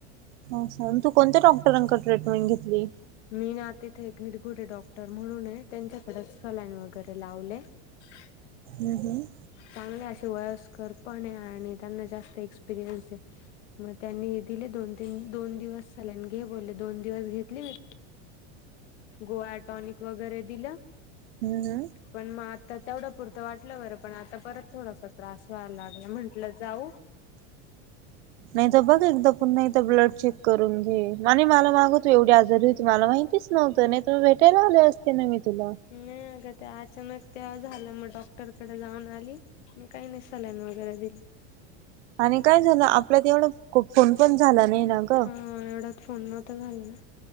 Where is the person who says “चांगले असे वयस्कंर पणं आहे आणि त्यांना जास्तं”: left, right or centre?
Left